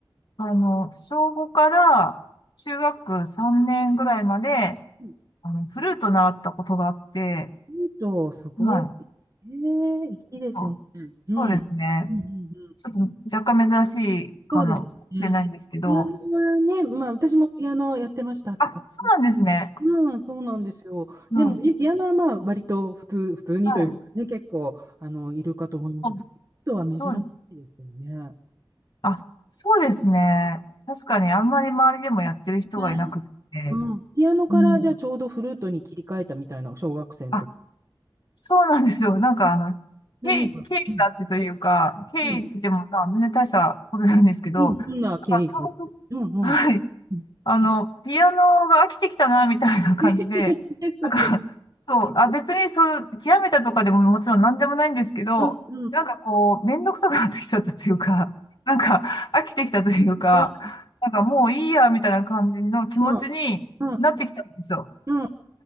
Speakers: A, on the left; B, on the right.
A: あの、小5から中学3年ぐらいまで、
B: うん
A: あの、フルート習ったことがあって、
B: うんと、すごい。
A: はい。
B: ええいいですね。
A: あ
B: うん。
A: そうですね。
B: うんうんうん
A: ちょっと若干珍しいかもしれないんですけど、
B: そうですね。ピアノはね、まあ私もピアノやってましたって感じ。
A: あ、そうなんですね。
B: うん、そうなんですよ。
A: うん。
B: でもね、ピアノはまあ割と普通、普通にというかね、
A: はい。
B: 結構、あの、いるかと思います。
A: うん
B: フルートは珍しいですよね。
A: そう、あ、
B: そ
A: そうですね。確かにあんまり周りでもやってる人がいなくって。
B: うね。うん。ピアノからじゃあちょうどフルートに切り替えたみたいな、
A: うん。
B: 小学生の時。
A: あ、そうなんですよ。なんかあの、
B: 何がうん、
A: 経緯、経緯があってというか、経緯って言っても、
B: うん、
A: まあ、全然大したことなんですけど、
B: うん、どんな経緯がうんうん。
A: あ、ちょうど、はい。
B: うん。
A: あの、ピアノが飽きてきたな、みたいな感じで、
B: <laughs> そう
A: なんか、そう、あ、別にそう、極めたとかでももちろん何でもないんですけど、
B: だ。うん、うん、
A: なんかこう、めんどくさくなってきちゃったというか、なんか飽きてきたというか、
B: うん、
A: なんかもういいや、みたいな感じの気持ちになってきたんですよ。
B: うん、うん、うん。